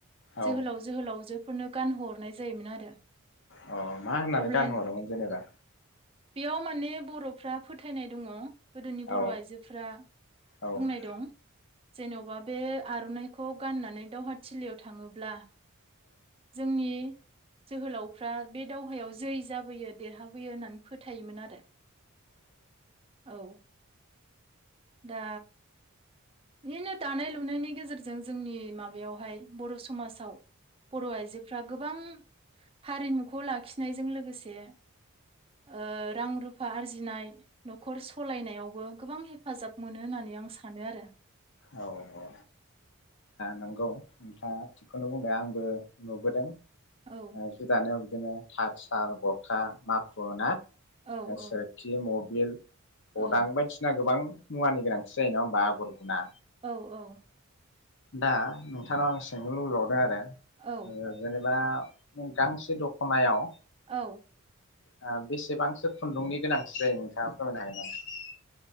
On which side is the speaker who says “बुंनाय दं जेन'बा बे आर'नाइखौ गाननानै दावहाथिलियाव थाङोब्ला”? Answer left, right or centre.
Right